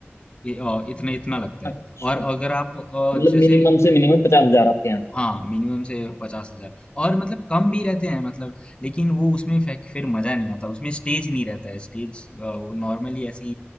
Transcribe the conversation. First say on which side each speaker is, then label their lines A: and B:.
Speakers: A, on the left; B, on the left.
A: ये, अ, इतने इतना लगता
B: अच्छा
A: है और अगर आप
B: मतलब
A: अ, जैसे
B: मिनिमम से मिनिमम पचास हजार आपके यहाँ
A: हाँ मिनिमम से पचास हजार और मतलब कम भी रहते हैं मतलब लेकिन वो उसमें फे- फिर मजा नहीं आता उसमें स्टेज नहीं रहता है स्टेज वो नॉर्मली ऐसी